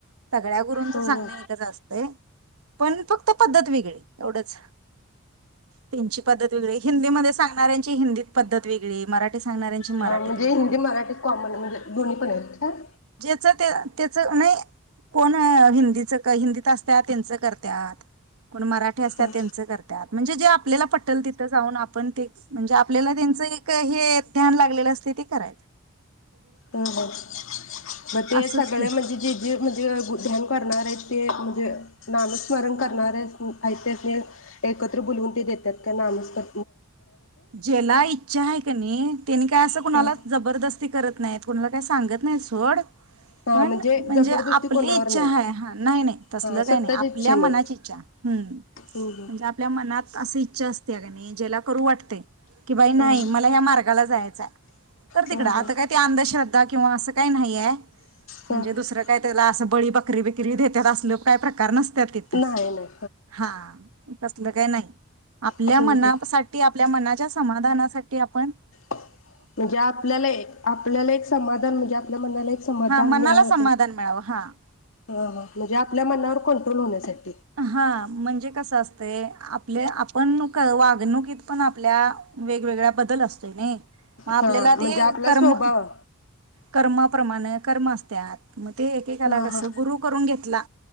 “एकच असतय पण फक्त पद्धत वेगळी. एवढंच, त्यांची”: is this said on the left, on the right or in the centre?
Right